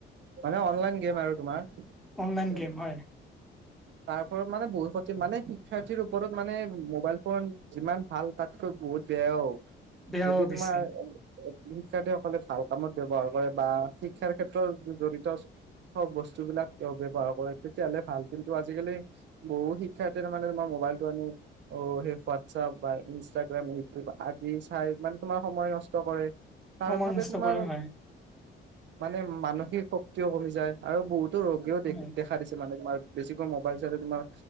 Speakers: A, on the right (about 65°); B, in the centre.
A: মানে অনলাইন গেম আৰু তোমাৰ
B: অনলাইন গেম হয়
A: তাৰ ওপৰত মানে বহুত ক্ষতি মানে শিক্ষাৰ্থীৰ ওপৰত মানে মোবাইল ফোন যিমান ভাল তাতকৈ ব বহুত বেয়াও,
B: বেয়াও
A: যদি তোমাৰ
B: বেছি
A: শিক্ষাৰ্থীসকলে ভাল কামত ব্যৱহাৰ কৰে বা শিক্ষাৰ ক্ষেত্ৰত জড়িত বস্তুবিলাক তেওঁ ব্যৱহাৰ কৰে। তেতিয়াহ'লে ভালছিল। আজিকালি বহু শিক্ষা তাৰ মোৰ মোবাইলতটো আনি অ' সেই হোৱাটছআপ বা ইনষ্টা আদি চাই মানে তোমাৰ সময় নষ্ট কৰে। তাৰ
B: সময়
A: ভাবে
B: নষ্ট
A: তোমাৰ
B: কৰে হয়
A: মানে মানসিক শক্তিও কমি যায় আৰু বহুত ৰোগীও
B: হয়
A: দেখা দিছে মানে তোমাৰ বেছিকৈ মোবাইল চাইে তোমাৰ